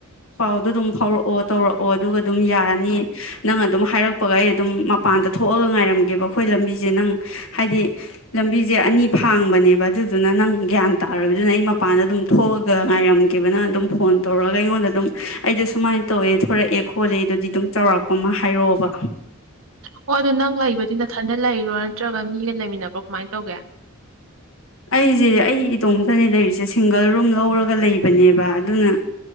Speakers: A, on the left; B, on the right.
A: ꯄꯥꯎꯗꯣ ꯑꯗꯨꯝ ꯐꯥꯎ ꯍꯧꯔꯛꯑꯣ ꯇꯧꯔꯛꯑꯣ ꯑꯗꯨꯒ ꯑꯗꯨꯝ ꯌꯥꯔꯅꯤ ꯅꯪ ꯑꯗꯨꯝ ꯍꯥꯏꯔꯛꯄꯒ ꯑꯩ ꯑꯗꯨꯝ ꯃꯄꯥꯟꯗ ꯊꯣꯛꯑꯒ ꯉꯥꯏꯔꯝꯒꯦꯕ ꯑꯩꯈꯣꯏ ꯂꯝꯕꯤꯁꯦ ꯅꯪ ꯍꯥꯏꯗꯤ ꯂꯝꯕꯤꯁꯦ ꯑꯅꯤ ꯐꯥꯡꯕꯅꯦꯕ ꯑꯗꯨꯗꯨꯅ ꯅꯪ ꯒ꯭ꯌꯥꯟ ꯇꯥꯔꯕꯗꯨꯅ ꯑꯩ ꯃꯄꯥꯟꯗ ꯑꯗꯨꯝ ꯊꯣꯛꯑꯒ ꯉꯥꯏꯔꯝꯒꯦꯕ ꯅꯪ ꯑꯗꯨꯝ ꯐꯣꯟ ꯇꯧꯔꯒ ꯑꯩꯉꯣꯟꯗ ꯑꯗꯨꯝ ꯑꯩꯗ ꯁꯨꯃꯥꯏꯅ ꯇꯧꯋꯦ ꯊꯣꯔꯛꯑꯦ ꯈꯣꯠꯂꯦ ꯑꯗꯨꯗꯤ ꯑꯗꯨꯝ ꯆꯥꯎꯧꯔꯥꯛꯄ ꯑꯃ ꯍꯥꯏꯔꯛꯑꯣꯕ
B: ꯑꯣ ꯑꯗꯨꯣ ꯅꯪ ꯂꯩꯕꯗꯤ ꯅꯊꯟꯗ ꯂꯩꯔ ꯣ ꯅꯠꯇ꯭ꯔꯒ ꯃꯤꯒ ꯂꯩꯃꯤꯟꯅꯕ꯭ꯔꯣ ꯀꯃꯥꯏꯅ ꯇꯧꯒꯦ
A: ꯑꯩꯁꯦ ꯑꯩ ꯏꯇꯣꯝꯇꯅꯦ ꯂꯩꯔꯤꯁꯦ ꯁꯤꯡꯒꯜ ꯔꯨꯝ ꯂꯧꯔꯒ ꯂꯩꯕꯅꯦꯕ ꯑꯗꯨꯅ